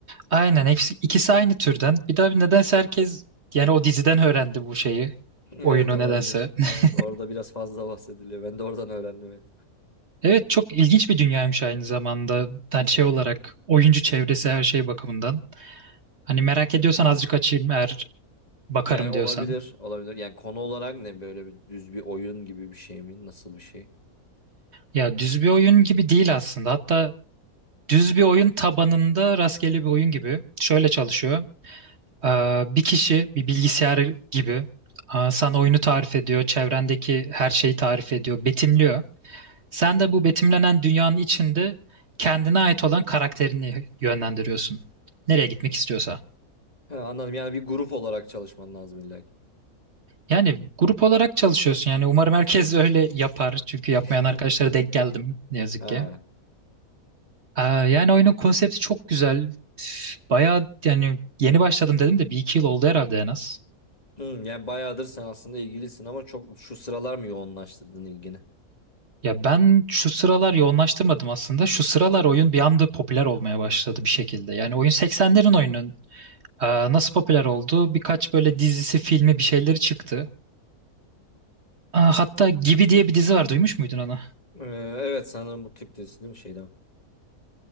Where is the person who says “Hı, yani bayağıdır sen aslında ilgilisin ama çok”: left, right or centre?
Left